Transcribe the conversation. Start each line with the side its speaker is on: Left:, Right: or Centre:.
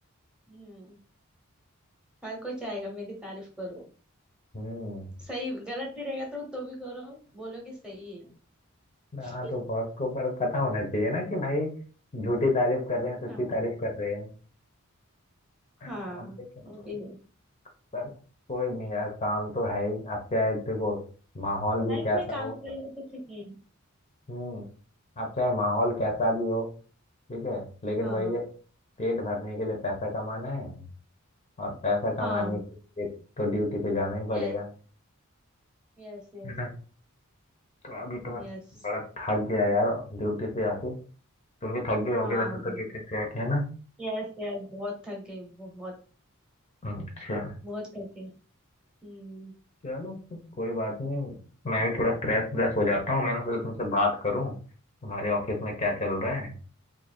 Centre: हम्म हर कोई चाहेगा मेरी तारीफ करो
Left: हम्म
Centre: सही गलत भी रहेगा तो तो भी करो बोलो कि सही है
Left: हाँ
Centre: <laughs>
Left: तो बॉस को पर पता होना चाहिए ना कि भाई झूठी तारीफ कर रहे हैं सच्ची
Centre: हाँ
Left: तारीफ कर रहे हैं और
Centre: हाँ
Left: देखो,
Centre: वो भी है
Left: पर कोई नहीं यार काम तो है ही आप चाहे देखो माहौल भी
Centre: लाइफ
Left: कैसा
Centre: में काम
Left: हो
Centre: करना कुछ नहीं है।
Left: हम्म आप चाहे माहौल कैसा भी हो ठीक है लेकिन
Centre: हाँ
Left: वही है पेट भरने के लिए पैसा कमाना है और पैसा
Centre: हाँ
Left: कमाने के लिए तो ड्यूटी पे जाना ही पड़ेगा
Centre: यस। यस यस
Left: है ना तो अभी तो मैं
Centre: यस
Left: बड़ा थक गया यार ड्यूटी से आके तुम भी थक गए होगे
Centre: हाँ
Left: वैसे तो
Centre: हाँ
Left: ड्यूटी से आके है ना
Centre: यस यस बहुत थक गई बहुत
Left: अच्छा
Centre: बहुत थक गई हम्म
Left: चलो फिर कोई बात नहीं मैं भी थोड़ा स्ट्रेस व्रेस हो जाता हूँ मैंने सोचा तुमसे बात करूँ तुम्हारे ऑफिस में क्या चल रहा है